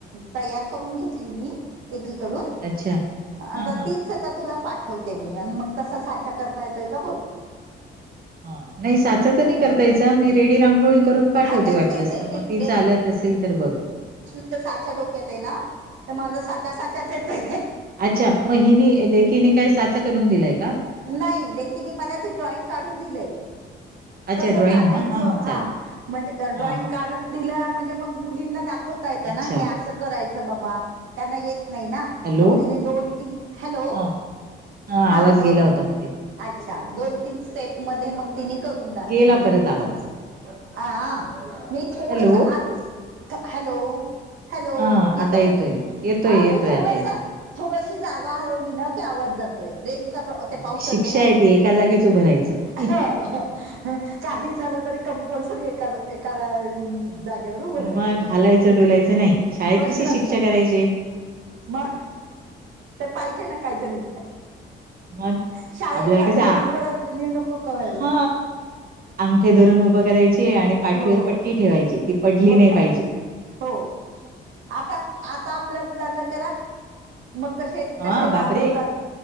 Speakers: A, on the right (about 80°); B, on the right (about 50°).
A: तयार करून घेतली मी एकीकडून
B: अच्छा. हां, हां.
A: तीच आता तुला पाठवते मी आणि मग तसा चर्चा करताय येतय का बघ.
B: हा. नाही साचा तर नाही. यचा <unintelligible> मी रेडी रांगोळी करून पाठवते
A: हा तेच
B: वाटलं
A: तेच तेच
B: तर
A: तेच
B: मग ती चालत असेल तर बघ.
A: सा लोक येते ना. तर माझ साच्या साच्याच येते
B: अच्छा मग हिने लेकीने काय साचा करून दिलाय का?
A: नाही लेकीन मला ते ड्रॉइंग काढून दिलंय
B: अच्छा
A: कस
B: ड्रॉइंग
A: काढायचं
B: ना? हां, मग
A: हा
B: चालेल.
A: म्हणजे ड्रॉइंग
B: हां, हां.
A: काढून दिलं म्हणजे मग मुलींना दाखवता येतं
B: अच्छा.
A: ना हे असं करायचं बाबा त्यांना येत नाही ना
B: हॅलो?
A: मग तिने दोन तीन हॅलो
B: हां, हां.
A: हा
B: आवाज
A: दोन
B: गेला होता मध्ये.
A: <unintelligible> अच्छा दोन तीन स्टेप मध्ये मग तिने करून दा
B: गेला
A: दिलंय
B: परत
A: मला
B: आवाज.
A: <unintelligible> अ म <unintelligible> थोडस
B: हॅलो?
A: आत <unintelligible> हॅलो हॅलो
B: हां,
A: येतोय
B: आता येतोय,
A: आ मी
B: येतोय
A: थोडस
B: आता येतोय.
A: थोडशी जागा हलवली ना की आवज जात े <unintelligible> पाऊस
B: मग शिक्षा
A: चालू आहे ना
B: ती एका जागीच उभं राहायचं.
A: हो हो काही झाल तरी कंपलसरी एका एकादा <unintelligible>
B: मग
A: जाग्यावर उभं राहायचं
B: हालायचं डोलायचं नाही शाळेत
A: प्रश्नच
B: कशी शिक्षा
A: नाही
B: करायचे
A: <unintelligible> म <unintelligible> <unintelligible> तर पाहिजे ना काहीतरी
B: मग
A: शाळेच्या
B: आपल्याला
A: आठवणी
B: कसं आ-
A: परत <unintelligible> न्यू नको कर
B: हा अंगठे धरून उभं करायची आणि <unintelligible> पाठीवर
A: हो
B: पट्टी ठेवायची ती पडली
A: मग
B: नाही
A: काय
B: पाहिजे
A: हो आता आता आपल्या मुलांना करा मग कशे <unintelligible>
B: हा
A: कसे रागवतात
B: बापरे